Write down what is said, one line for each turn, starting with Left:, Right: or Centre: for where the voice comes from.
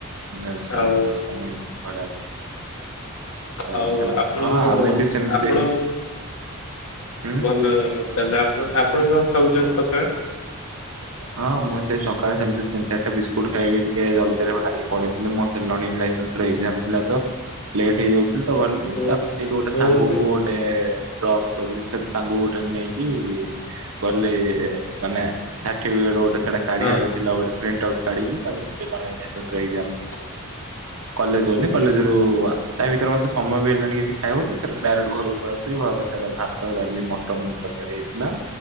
Right: ଆଚ୍ଛା
Left: ଆଉ
Right: ଆଚ୍ଛା ଆଚ୍ଛା ଲାଇନ୍ ଖରାପ। ଆଚ୍ଛା
Left: ଆଉ ଆପଣ
Right: ହଁ ଆମେ ବି ସେମିତି।
Left: ଆପଣ
Right: ହୁଁ
Left: ଭଲ ତାହେଲେ ଆପଣ ଆପଣ କଣ ଖାଉଛନ୍ତି ସକାଳେ?
Right: ହଁ ମୁଁ ସେଇ ସକାଳେ ସେମିତି ତିନି, ଚାରିଟା ବିସ୍କୁଟ ଖାଇକି ଟିକେ ଜଲ୍ଦିରେ ବାହାରି ପଳେଇଥିଲି ମୁଁ ସେ <unintelligible> ଅନ୍ସ ଥିଲା ତ ଲେଟ୍ ହେଇଯାଉଥିଲା ତ ଗଲି
Left: ଓ
Right: ତାପରେ ସେଇଠି ଗୋଟେ
Left: ଓ
Right: ସାଙ୍ଗ କୁ
Left: ହୋ
Right: ଗୋଟେ ଡ୍ରପ କଲି ସେ ସାଙ୍ଗକୁ ଗୋଟେ ନେଇକି କଲି ମାନେ ଟିବିଏଡ ସେଟା କାଢିବାର
Left: ହଁ
Right: ଥିଲା ଗୋଟେ ପ୍ରିଣ୍ଟଆଉଟ କାଢିଲି। ତାପରେ ଟିକେ ଲିଙ୍ଗ ନେସେସ ର
Left: <unintelligible>
Right: କଲେଜ ଗଲି କଲେଜ ରୁ ତା ଭିତରେ ମତେ ସମୟ ବି ହେଲାନି କିଛି ଖାଇବାଊ ତ ଡାଇରେକ୍ଟ ଘରକୁ ଫେରି ଆସିଲି ଘରେ ସେ ଭାତ, ଡାଲି, ମଟନ ତରକାରୀ ହେଇଥିଲା।